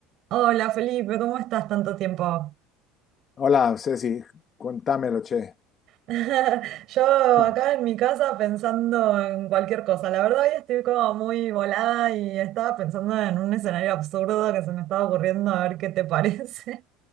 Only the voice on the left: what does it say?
Hola, Ceci, cuéntamelo, che.
<laughs>